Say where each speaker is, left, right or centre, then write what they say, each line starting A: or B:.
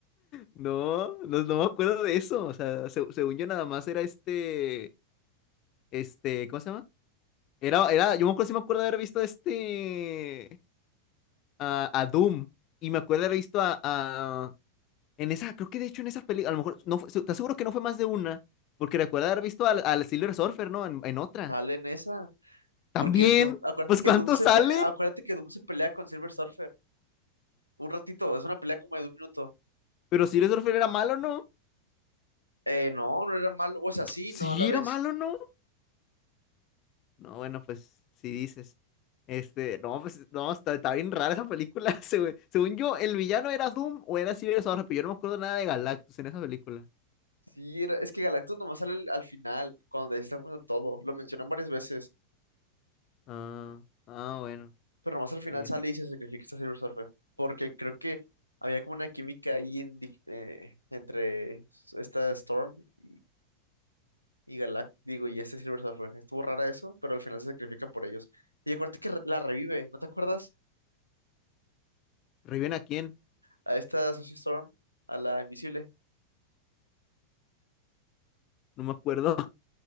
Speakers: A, on the left; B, on the left.
A: no, no, no me acuerdo de eso, o sea, se- según yo nada más era este, este, ¿cómo se llama? Era, era, yo me acuerdo, sí me acuerdo de haber visto este. a, a Doom. Y me acuerdo haber visto a, a- En esa, creo que de hecho en esa película, a lo mejor, no fue, se- te aseguro que no fue más de una, porque recuerdo haber visto al, al Silver Surfer, ¿no? En, en otra.
B: Sale en esa.
A: También.
B: Porque Doom, acuérdate
A: Pues
B: que
A: ¿cuántos
B: Doom se
A: salen?
B: pe- acuérdate que Doom se pelea con Silver Surfer. Un ratito, es una pelea como de un minuto.
A: Pero Silver Surfer era malo, ¿no?
B: Eh, no, no era malo. O sea, sí,
A: Sí,
B: no a la vez.
A: era malo, ¿no? No, bueno, pues si dices. Este, no, pues no, está, está bien rara esa película. <laughs> según Según yo, el villano era Doom o era Silver Surfer, pero yo no me acuerdo nada de Galactus en esa película.
B: Sí, era- es que Galactus nomás sale al, al final, cuando está poniendo todo. Lo mencionan varias veces,
A: Ah, ah, bueno.
B: pero nomás al final
A: Este.
B: sale y se sacrifica a Silver Surfer. Porque creo que había como una química ahí en dif- eh, entre esta Storm y, y Galactus, digo, y este Silver Surfer. Estuvo rara eso, pero al final se sacrifica por ellos. Y acuérdate que re- la revive, ¿no te acuerdas?
A: ¿Reviven a quién?
B: A esta Sushi Storm, a la invisible.
A: No me acuerdo.